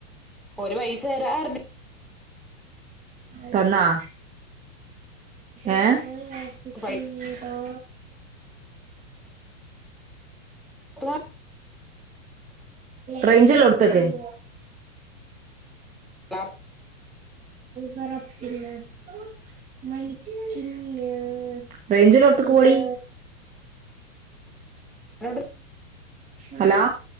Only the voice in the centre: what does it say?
ഓര് പൈസ രാ പഞ്ഞി
പൈസ
കൊടുത്തുല്ലേ
<unintelligible>
<unintelligible>